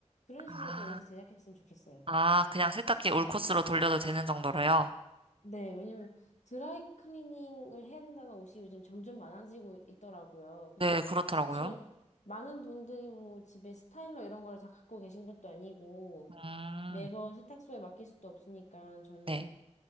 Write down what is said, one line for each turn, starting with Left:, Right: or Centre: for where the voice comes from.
Left: 그런
Right: 아,
Left: 식으로 좀 옷을 제작했으면 좋겠어요.
Right: 아, 그냥 세탁기 올 코스로 돌려도 되는 정도로요?
Left: 네, 왜냐면 드라이 클리닝을 해야 된다는 옷이 요즘 점점 많아지고 있더라고요. 근데
Right: 네, 그렇더라고요.
Left: 사실 많은 분들이 뭐 집에 스타일러 이런 걸 다 갖고 계신 것도 아니고
Right: 음,
Left: 매번 세탁소에 맡길 수도 없으니까 저는
Right: 네,